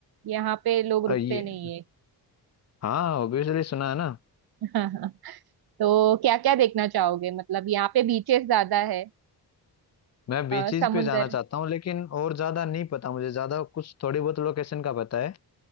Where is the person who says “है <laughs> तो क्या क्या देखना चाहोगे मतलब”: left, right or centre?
Right